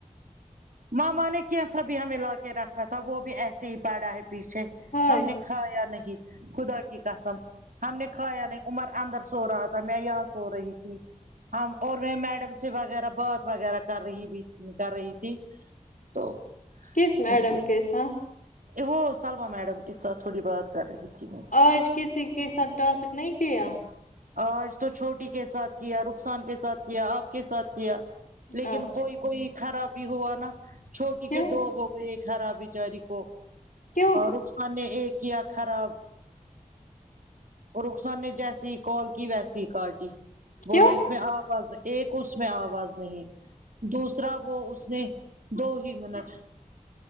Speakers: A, on the right; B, on the left.
A: ماما نے کیسا بھی ہمیں لا کے رکھا تھا وہ بھی ایسے ہی پڑا ہے پیچھے
B: ہائے
A: ہم نے کھایا نہیں خدا کی قسم ہم نے کھایا نہیں عمر اندر سو رہا تھا میں یہاں سو رہی تھی ہم اور میں میڈم سے وغیرہ بات وغیرہ کر رہی بھی کر رہی تھی تو
B: کس میڈم
A: اس سے
B: کے ساتھ
A: وہ سلما میڈم کے ساتھ تھوڑی بات کر رہی تھی میں
B: آج کسی کےساتھ ٹاسک نہیں کیا
A: آج تو چھوٹی کے ساتھ کیا رخسان کے ساتھ کیا آپ کے ساتھ کیا لیکن
B: اچھا
A: کوئی
B: ٹھیک
A: کوئی خرابی ہوا نا چھوٹی
B: کیوں
A: کے دو ہو گئے خراب بچاری کو
B: کیوں
A: رخسان نے ایک کیا خراب رخسان نے جیسی ہی کال کی ویسی ہی کاٹی
B: کیوں
A: بولا اس میں آواز ایک اس میں آواز نہیں دوسرا وہ اس نے دو ہی منٹ